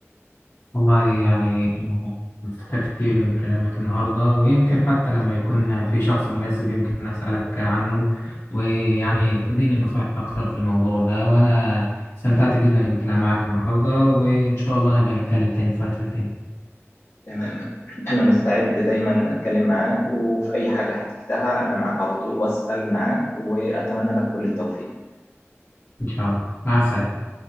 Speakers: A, on the left; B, on the left.
A: والله يعني أنا استفدت كتير من كلامك النهاردة ويمكن حتى لما يكون في شخص مناسب يمكن أسألك عنه ويعني تديني نصايح أكتر في الموضوع ده وأنا استمتعت جدا بالكلام معك النهاردة وإن شاء الله نبقى نتكلم تاني في وقت تاني
B: تماما أنا مستعد دايما أتكلم معاك وفي أي حاجة احتجتها أنا معاك على طول وأسأل معاك وأتمنى لك كل التوفيق
A: إن شاء الله مع السلامة